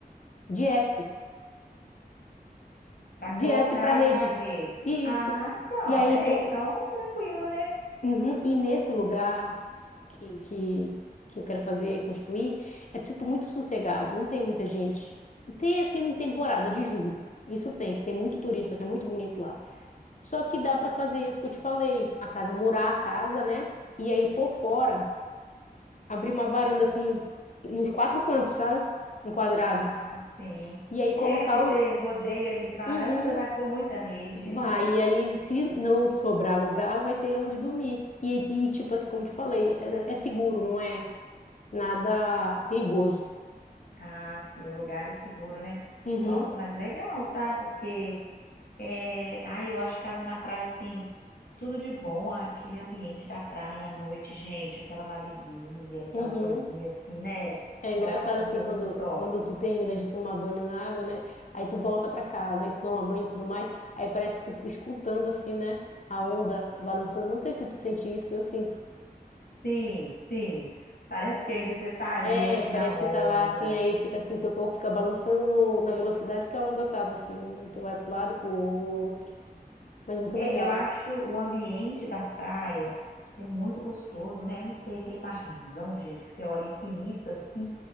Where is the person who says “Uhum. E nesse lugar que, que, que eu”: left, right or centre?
Left